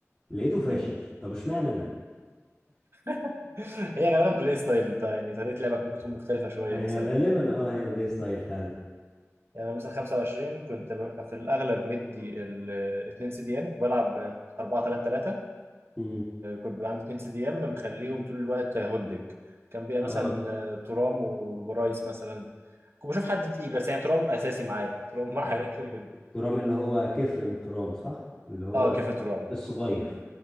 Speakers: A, on the left; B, on the right.
A: لقيته فاشل
B: مم.
A: طب اشمعنى انا
B: <laughs> هي غالبا بلاي ستايل انت يعني طريقه لعبك ممكن تكون مختلفه شويه
A: هي
B: مثلا
A: غالبا اه هي بلاي ستايل
B: آه.
A: فعلا
B: يعني انا مثلا 25 كنت ببقى في الاغلب مدي ال 2 سي دي ام كنت بلعب 4 3 3
A: امم
B: كنت بيبقى عندي 2 سي دي ام مخليهم طول الوقت هولدنج كان بيبقى
A: اه
B: مثلا آه، ترام وبرايس مثلا كنت بشوف حد تقيل بس يعني ترام اساسي معايا ترام معايا كده كده
A: ترام اللي هو كيفرن ترام صح اللي هو
B: اه كيفن ترام
A: الصغير